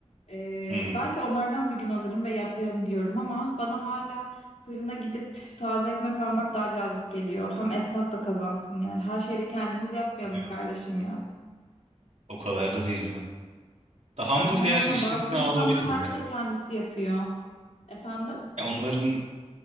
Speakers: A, on the left; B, on the right.
A: Ee,
B: Hmm,
A: belki onlardan bir gün alırım ve yaparım diyorum ama bana hala fırına gidip taze ekmek almak daha cazip geliyor. Hem esnaf da kazansın yani. Her şeyi de kendimiz yapmayalım
B: değil mi?
A: kardeşim ya.
B: O kadar da değil değil mi? Da hamburger
A: Aynen aynen
B: istisna
A: bazı insanlar
B: olabilir
A: her
B: ya.
A: şeyi kendisi yapıyor. Efendim?
B: Ya onların